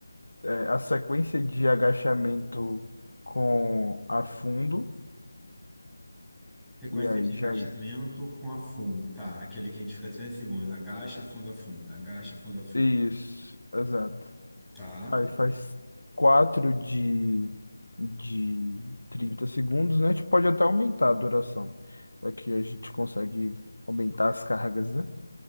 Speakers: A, on the left; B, in the centre.
A: é, a sequência de agachamento com afundo
B: sequência
A: E aí
B: de
A: já.
B: agachamento com afundo, tá? Aquele que a gente fica três segundos. Agacha, afunda, afunda. Agacha, afunda, afunda.
A: Isso, exato.
B: Tá,
A: Aí faz quatro de, de 30 segundos, né? A gente pode até aumentar a duração. Aqui a gente consegue aumentar as cargas, né?